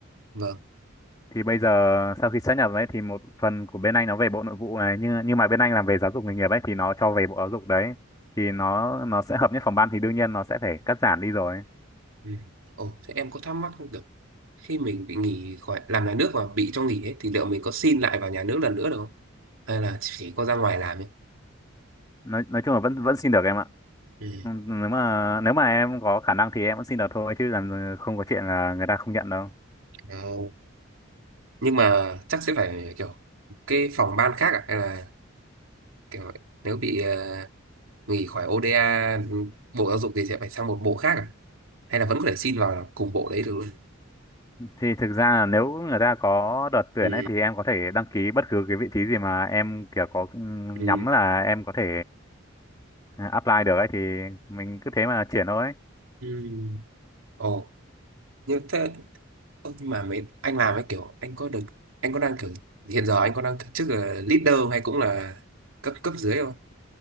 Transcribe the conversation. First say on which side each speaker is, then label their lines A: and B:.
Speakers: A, on the right; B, on the left.
A: vâng
B: thì bây giờ sau khi sát nhập đấy thì một phần của bên anh nó về bộ nội vụ này nhưng nhưng mà bên anh làm về giáo dục nghề nghiệp ấy thì nó cho về bộ giáo dục đấy thì nó nó sẽ hợp nhất phòng ban thì đương nhiên nó sẽ phải cắt giảm đi rồi
A: ừ. ồ thế em có thắc mắc không được khi mình bị nghỉ khỏi làm nhà nước và bị cho nghỉ ấy, thì liệu mình có xin lại vào nhà nước lần nữa được không hay là chỉ có ra ngoài làm ấy
B: nói nói chung là vẫn vẫn xin được em ạ
A: ừ.
B: Ừ, nếu mà nếu mà em có khả năng thì em vẫn xin được thôi chứ làm không có chuyện là người ta không nhận đâu
A: ờ, nhưng mà chắc sẽ phải kiểu cái phòng ban khác à? hay là kiểu nếu bị ờ, nghỉ khỏi ODA bộ giáo dục thì sẽ phải sang một bộ khác à hay là vẫn có thể xin vào cùng bộ đấy được luôn
B: thì thực ra là nếu người ta có đợt tuyển
A: ừ.
B: ấy thì em có thể đăng ký bất cứ cái vị trí gì mà em kiểu có ừ,
A: ừ.
B: nhắm là em có thể ừ, apply được ấy thì mình cứ thế mà chuyển thôi
A: Ừ. Ồ, như thế ơ, nhưng mà mấy anh làm ấy kiểu anh có được anh có đang kiểu hiện giờ anh có đang kiểu chức là leader không hay cũng là cấp cấp dưới không?